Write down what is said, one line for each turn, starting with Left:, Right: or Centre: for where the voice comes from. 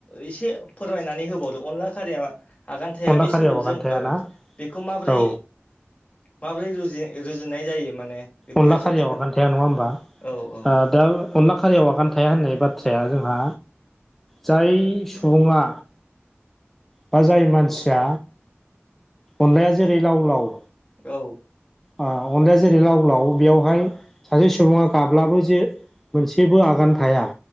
Left: एसे फोरमायनानै होबावदो अनला खारिया मा आगान थाया
Centre: अनला
Left: बे
Centre: खारियाव
Left: सोदोबजों
Centre: आगान थायाना
Left: ओ बेखौ माबोरै
Centre: औ
Left: माबोरै रुजु रुजुनाय जायो माने बेखौ
Centre: अनदला
Left: एसे
Centre: खारियाव
Left: खोन्था
Centre: आगोन थाया नङा होमबा?
Left: औ औ।
Centre: ओ दा अनला खारियाव आगान थाया होननाय बाथ्राया जोंहा जाय सुबुङा बा जाय मानसिया अनलाया जेरै लाव लाव
Left: औ
Centre: आ अनलाया जेरै लाव अब्लााव बेयावहाय सासे सुबुङा गाब्लाबो जे मोनसेबो आगान थाया